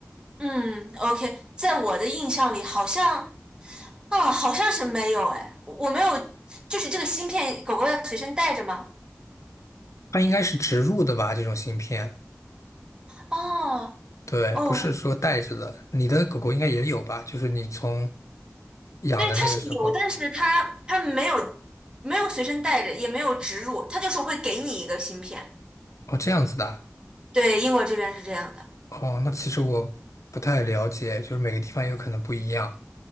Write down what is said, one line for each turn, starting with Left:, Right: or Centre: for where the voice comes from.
Right: 嗯，OK，在我的印象里，好像。啊，好像是没有哎，我我没有，就是这个芯片，狗狗要随身带着吗？
Left: 它应该是植入的吧，这种芯片，
Right: 哦
Left: 对，
Right: 哦，
Left: 不是说带着的。你的狗狗应该也有吧？就是你从养的那个时候，
Right: 对，它是有，但是它它没有没有随身带着，也没有植入，它就是会给你一个芯片。
Left: 哦，这样子的啊
Right: 对，英国这边是这样的。
Left: 哦，那其实我不太了解，就是每个地方有可能不一样。